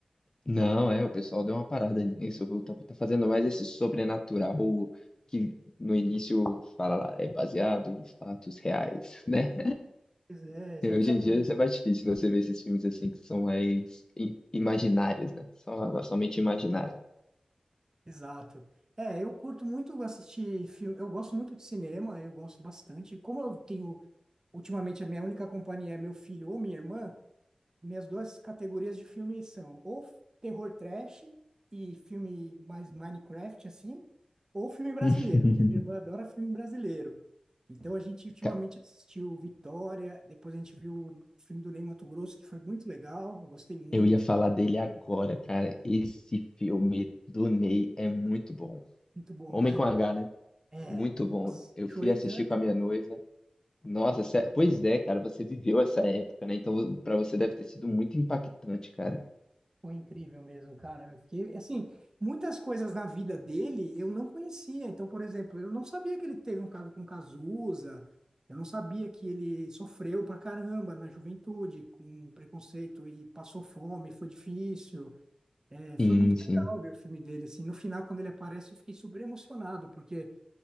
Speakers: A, on the left (about 30°); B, on the right (about 25°).
A: Não, é, o pessoal deu uma parada nisso. viu? Tá, tá fazendo mais esse sobrenatural que no início fala lá, é baseado em fatos reais, <laughs> né?
B: Pois é, exatamente.
A: É, Hoje em dia é mais difícil você ver esses filmes assim que são mais i- imaginários, né? Só, somente imaginário.
B: Exato. É, eu curto muito assistir filme, eu gosto muito de cinema, eu gosto bastante. Como eu tenho Ultimamente, a minha única companhia é meu filho ou minha irmã. Minhas duas categorias de filme são ou terror trash e filme mais Minecraft, assim, ou filme brasileiro,
A: <laughs>
B: porque minha irmã adora filme brasileiro. Então, a gente ultimamente
A: Ca-
B: assistiu Vitória, depois a gente viu o filme do Ney Matogrosso, que foi muito legal, eu gostei muito,
A: Eu ia falar dele agora, cara. Esse filme do Ney é muito bom.
B: muito bom,
A: Homem
B: né?
A: com H, né?
B: É,
A: Muito bom.
B: nossa,
A: Eu
B: chorei
A: fui assistir
B: tanto.
A: com a minha noiva. Nossa, sé- pois é, cara, você viveu essa época, né? Então, pra você deve ter sido muito impactante, cara.
B: Foi incrível mesmo, cara. Eu fiquei, assim, muitas coisas na vida dele eu não conhecia. Então, por exemplo, eu não sabia que ele teve um caso com Cazuza, eu não sabia que ele sofreu pra caramba na juventude, com preconceito e passou fome, foi difícil. É, foi
A: Sim,
B: muito
A: sim.
B: legal ver o filme dele, assim. No final, quando ele aparece, eu fiquei super emocionado, porque